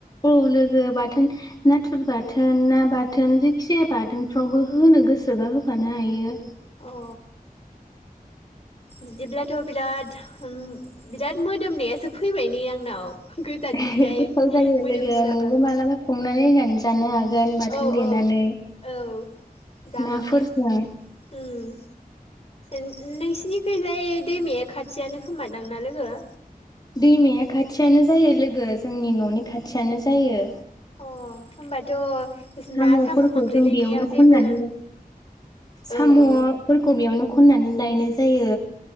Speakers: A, on the left; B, on the left.
A: औ लोगो बाथोन नाथुर बाथोन ना बाथोन जायखिजाया बाथोनफ्रावबो हो गोसोबा होफानो हायो।
B: अ बिदिब्लाथ' बिराद उम बिराद मोदोमनायासो फैबाय नै आंनाव गोजाननिफ्राय
A: <unintelligible> गोथाव जायो
B: मोदोमसोआबाबो
A: लोगो नोंबो मालाबा संनानै नायनानै जानो हा गोन बाथोन
B: औ
A: देनानै
B: औ औ जागोन
A: नाफोरजों
B: दे उम । नोंसिनिखैजाय दैमाया खाथियानो खोमादांना लोगो?
A: दैमाया खाथियानो जायो लोगो जोंनि न'नि खाथियानो जायो ।
B: अ होमबाथ'
A: साम'फोरखौ
B: ना साम' खांख्राइ
A: जों
B: लायनायाव
A: बेयावनो खननानै
B: जेबो
A: साम'फोरखौ
B: औ औ
A: बेयावनो खन खननानै लायनाय जायो